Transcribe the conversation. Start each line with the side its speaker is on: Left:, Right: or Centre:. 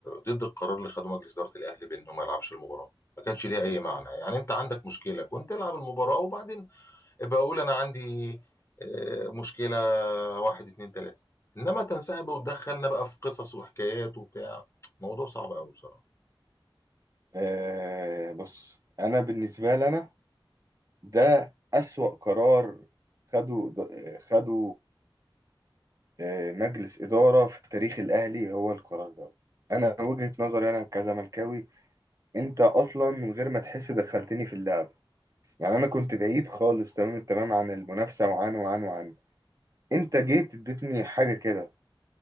Left: ضد القرار اللي خده مجلس اداره الاهلي بانه ما يلعبش المباراه ما كانش ليها اي معنى يعني انت عندك مشكله كنت العب المباراه وبعدين ابقى اقول انا عندي آه، مشكله واحد اتنين تلاته انما تنسحب وتدخلنا بقى في قصص وحكايات وبتاع موضوع صعب قوي بصراحه
Right: آه بص انا بالنسبه لي انا ده اسوأ قرار خده خده آه مجلس اداره في تاريخ الاهلي هو القرار ده انا وجهه نظري انا كزملكاوي انت اصلا من غير ما تحس دخلتني في اللعب يعني انا كنت بعيد خالص تمام التمام عن المنافسه وعن وعن وعن انت جيت اديتني حاجه كده